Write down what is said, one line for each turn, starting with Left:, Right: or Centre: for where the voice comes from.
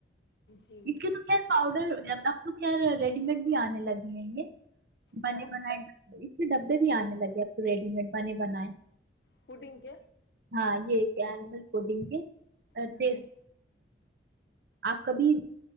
Left: جی
Right: اتکے تو کیا پؤڈر اب تو خیر ریڈی میڈ بھی آنے لگے ہیں یہے منے
Left: کیا
Right: بن ڈبے بھی آنے لگے اب تو ریڈی میڈ بنے بنیں
Left: پڈنگ کے
Right: ہاں یہ ل
Left: ہوں
Right: ٹی آپ کبھی